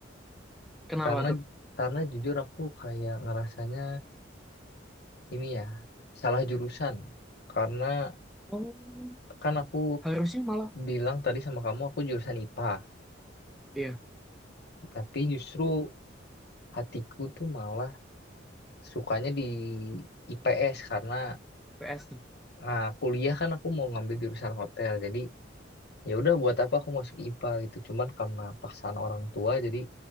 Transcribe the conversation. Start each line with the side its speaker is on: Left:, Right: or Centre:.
Left: <laughs>
Centre: kenapa
Left: karena
Centre: tuh
Left: karena jujur aku kayak ngerasanya ini ya salah jurusan karena
Centre: oh
Left: kan aku
Centre: harusnya malah
Left: bilang tadi sama kamu aku jurusan IPA
Centre: iya
Left: tapi justru hatiku tuh malah sukanya di IPS karena
Centre: IPS nih
Left: ah, kuliah kan aku mau ngambil jurusan hotel jadi ya udah buat apa aku masuk IPA gitu cuman karena paksaan orang tua jadi